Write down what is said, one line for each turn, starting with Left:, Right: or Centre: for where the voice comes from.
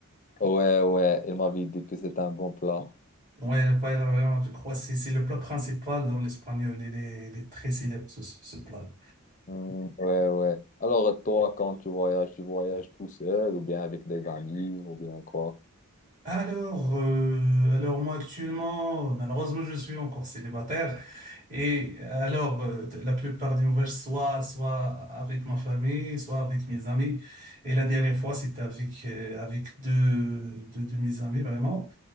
Left: Ouais, ouais, il m'avait dit que c'est un bon plan.
Right: Ouais, le paella, vraiment, je crois que c'est c'est le plat principal dans l'espagnol. Il est, il est très célèbre, ce, ce- ce plat.
Left: Hmm, ouais, ouais. Alors, toi, quand tu voyages, tu voyages tout seul ou bien avec des amis ou bien quoi?
Right: Alors, euh, alors moi actuellement, malheureusement, je suis encore célibataire. Et alors, euh, la plupart des voyages, soit, soit avec ma famille, soit avec mes amis. Et la dernière fois, c'était avec, euh, avec deux, deux de mes amis, vraiment.